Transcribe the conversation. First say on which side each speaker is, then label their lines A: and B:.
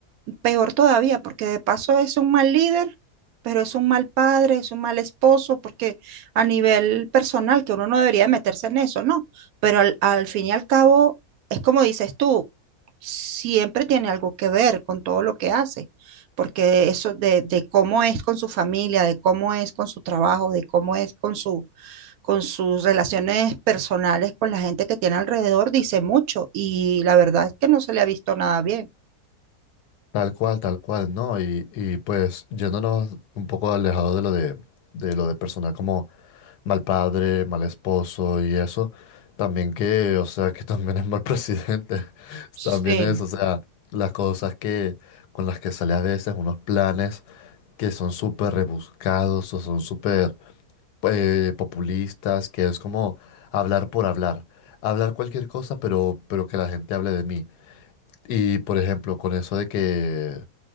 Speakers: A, on the right (about 70°); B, on the left (about 80°).
A: peor todavía, porque de paso es un mal líder, pero es un mal padre, es un mal esposo, porque a nivel personal, que uno no debería meterse en eso, ¿no? Pero al, al fin y al cabo, es como dices tú, siempre tiene algo que ver con todo lo que hace, porque eso de, de cómo es con su familia, de cómo es con su trabajo, de cómo es con su con sus relaciones personales con la gente que tiene alrededor, dice mucho y la verdad es que no se le ha visto nada bien.
B: tal cual, tal cual, ¿no? Y, y pues yéndonos un poco alejado de lo de, de lo de personal como mal padre, mal esposo y eso. También que, o sea, que <laughs> también es mal presidente. <laughs>
A: Sí.
B: También es, o sea, las cosas que con las que sale a veces, unos planes que son súper rebuscados o son súper eh, populistas, que es como hablar por hablar. Hablar cualquier cosa, pero, pero que la gente hable de mí. Y, por ejemplo, con eso de que